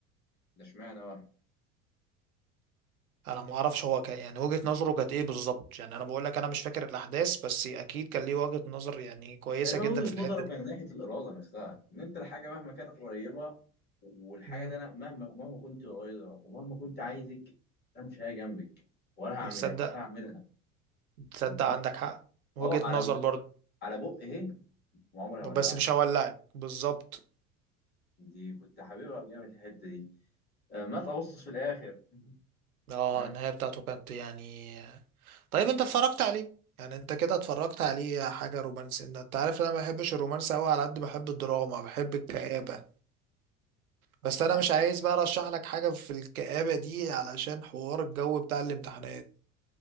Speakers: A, on the left; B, on the right.
A: ده اشمعنى بقى
B: انا ما اعرفش هو كان يعني وجهة نظره كانت ايه بالظبط يعني انا بقول لك انا مش فاكر الاحداث بس اكيد كان ليه وجهة نظر يعني كويسة
A: تقريبا
B: جدا
A: وجهة
B: في الحتة
A: نظره كان
B: دي
A: ناحية الإرادة نفسها إن أنت الحاجة مهما كانت قريبة والحاجة
B: مم.
A: دي أنا مهما مهما كنت قريبة ومهما كنت عايزك أنا مش هي جنبك ولا هعملها
B: تصدق
A: ولا هعملها
B: تصدق
A: أنت
B: عندك
A: ه-
B: حق وجهة
A: أه على
B: نظر
A: ب-
B: برضه
A: على بق إيه وعمري
B: بس
A: هولعك
B: مش هولعك بالظبط
A: دي كنت حاببها جامد الحتة دي آه، ما تقصص في الآخر <laughs>
B: اه
A: ها؟
B: النهاية بتاعته كانت يعني طيب انت اتفرجت عليه يعني انت كده اتفرجت عليه حاجة رومانسية انت عارف ان انا ما بحبش الرومانس قوي على قد ما بحب الدراما بحب الكآبة بس
A: أنت
B: انا
A: عارف
B: مش عايز بقى ارشح لك حاجة في الكآبة دي علشان حوار الجو بتاع الامتحانات